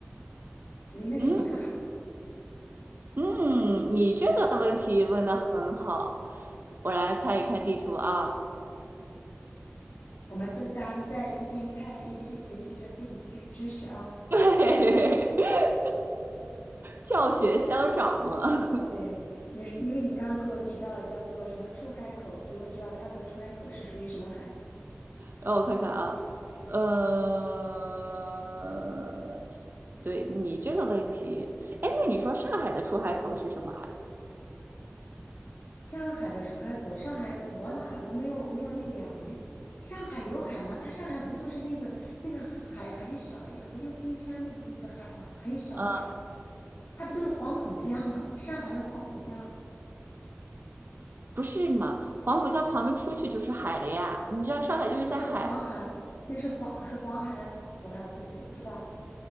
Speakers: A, on the left (about 65°); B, on the right (about 50°).
A: 临的是哪个海？
B: 嗯嗯，你这个问题问的很好，我来看一看地图啊。
A: 我们都大家都在一边猜着一边学习着地理区知识啊。
B: <laughs> 对，<laughs> 教学相长嘛。
A: 对，你因为你刚刚给我提到了叫做什么出海口，所以我知道它的出海口是属于什么海。
B: 让我看看啊，呃，对你这个问题，哎，那你说上海的出海口是什么海？
A: 上海的出海口，上海我哪我没有没有那个呀，没有。上海有海吗？它上海不就是那个那个海很小的呀，不就金山那个那个海吗？很小的呀，
B: 呃
A: 它不都是黄浦江吗？上海是黄浦江，
B: 不是嘛？黄浦江旁边出去就是海了呀。你知道上海就是在海。
A: 那是黄海，那是黄是黄海还是渤海？我不我不知道。